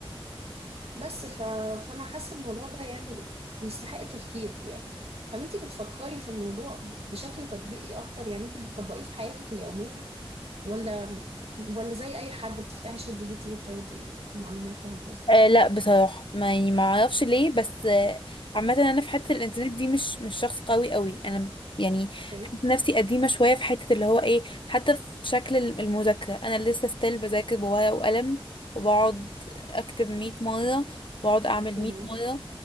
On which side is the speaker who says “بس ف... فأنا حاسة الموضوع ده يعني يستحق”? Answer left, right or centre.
Right